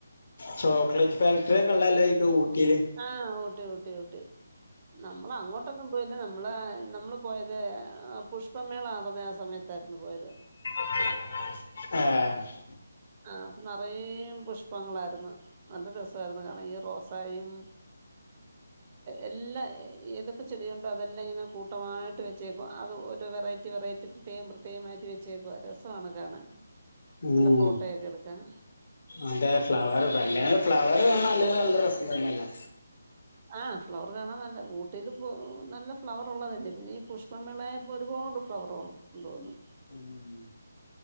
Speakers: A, on the left (about 55°); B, on the right (about 35°).
A: ചോക്ലേറ്റ് ഫാക്ടറിക്കെ ഉള്ളത് ല്ലൊ ഊട്ടിയില്.
B: ആ, ഊട്ടി ഊട്ടി ഊട്ടി നമ്മള് അങ്ങോട്ട് അങ്ങട്ടൊന്നും പോയില്ല. നമ്മളാ നമ്മള് പോയത് പുഷ്പമേള നടന്ന ആ സമയത്തായിരുന്നു പോയത്.
A: ആഹോ <unintelligible> <inaudible>
B: ആ, അപ്പോ നറൊ പുഷ്പങ്ങളായിരുന്നു. നല്ല രസമായിരുന്നു. കാണ ഈ റോസയും. എല്ലാ ഏതൊക്കെ ചെടിയുണ്ടോ അതെല്ലാം ഇങ്ങനെ കൂട്ടമായിട്ട് വെച്ചേക്ക. അപ്പോൾ അത് ഓര് വെറൈറ്റി വെറൈറ്റി പ്രത്യേക പ്രത്യേകമായിട്ട് വച്ചേക്കുക രസമാണ്. കാണാൻ
A: ഉം.
B: നല്ല ഫോട്ടോയൊക്കെ എടുക്കാൻ
A: അതെ ഫ്ലവർ
B: ആഹ്
A: ബല്ലേ. ഫ്ലവറ് കാണാൻ അല്ലെങ്കിൽ നല്ല രസം തന്നെയല്ലൊ.
B: ആ, ഫ്ലവർ കാണാൻ നല്ല. ഊട്ടിൽ നല്ല ഫ്ലവർ ഉള്ളത് ല്ലെ. പിന്നെ ഈ പുഷ് പുഷ്പമേള ആയപ്പോൾ ഒരുപാടു ഫ്ലവർ കൊണ്ടുവന്ന്
A: ഉംഹ്